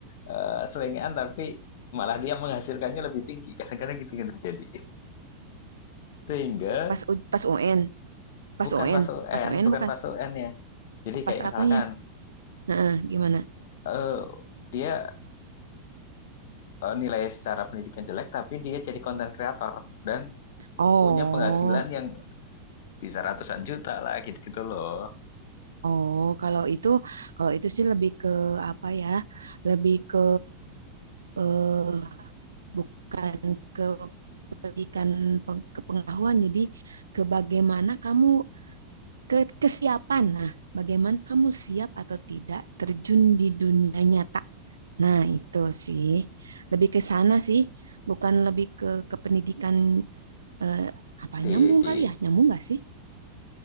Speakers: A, on the left; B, on the right.
A: eee, selengean tapi malah dia menghasilkannya lebih tinggi, <laughs> kadang-kadang gitu yang terjadi. <laughs> Sehingga
B: Pas U- pas UN, pas
A: bukan
B: UN,
A: masuk N
B: pas UN
A: bukan
B: bukan,
A: masuk N ya Jadi kayak
B: pas apanya?
A: misalkan
B: Heeh, gimana?
A: Eee, dia, eee, nilai secara pendidikan jelek, tapi dia jadi konten kreator dan
B: Oh,
A: punya penghasilan yang bisa ratusan juta lah, gitu-gitu loh.
B: oh, kalau itu, kalau itu sih lebih ke apa ya? Lebih ke eh bukan ke pendidikan peng- kepengetahuan, jadi ke bagaimana kamu Ke kesiapan. Nah, bagaimana kamu siap atau tidak terjun di dunia nyata? Nah, itu sih. Lebih ke sana sih, bukan lebih ke ke pendidikan eh, apa
A: Di
B: nyambung
A: di
B: kali ya? Nyambung nggak sih?